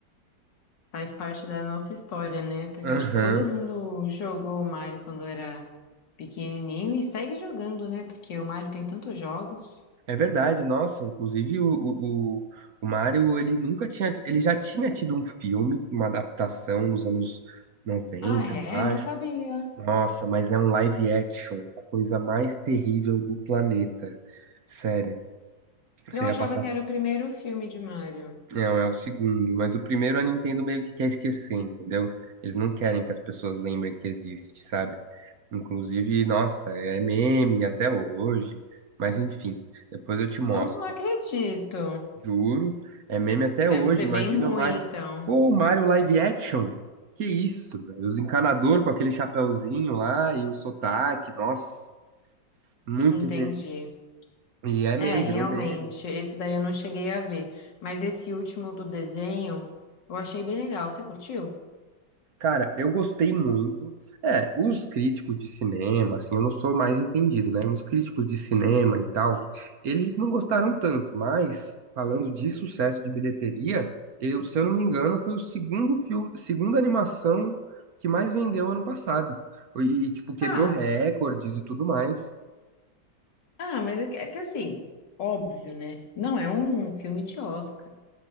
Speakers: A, on the left; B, on the right.
A: faz parte da nossa história, né? Porque
B: Aham.
A: eu acho que todo mundo jogou o Mario quando era pequenininho e segue jogando, né? Porque o Mario tem tantos jogos.
B: É verdade, nossa. Inclusive, o, o, o o Mario, ele nunca tinha. Ele já tinha tido um filme, uma adaptação nos anos noventa,
A: Ah, é?
B: eu acho.
A: Não sabia.
B: Nossa, mas é um live action, a coisa mais terrível do planeta. Sério. Você
A: Eu
B: ia
A: achava
B: passar.
A: que era o primeiro filme de Mario.
B: Não, é o segundo, mas o primeiro a Nintendo meio que quer esquecer, entendeu? Eles não querem que as pessoas lembrem que existe, sabe? Inclusive, nossa, é meme até hoje, mas enfim, depois eu te mostro.
A: Não, não acredito.
B: Juro, é meme até
A: Deve
B: hoje.
A: ser
B: Imagina
A: bem ruim,
B: o Mario.
A: então.
B: Pô, o Mario live action? Que isso, velho? Os encanador com aquele chapéuzinho lá e o sotaque, nossa, muito
A: Entendi.
B: ruim. E é
A: É,
B: meme,
A: realmente.
B: virou meme.
A: Esse daí eu não cheguei a ver. Mas esse último do desenho eu achei bem legal. Você curtiu?
B: Cara, eu gostei muito. É, os críticos de cinema, assim, eu não sou mais entendido, né? Os críticos de cinema e tal, eles não gostaram tanto, mas falando de sucesso de bilheteria, eu, se eu não me engano, foi o segundo filme, segunda animação que mais vendeu ano passado. E, tipo, quebrou
A: Ah,
B: recordes e tudo mais.
A: ah, mas é que, é que assim, óbvio, né? Não é um filme de Oscar.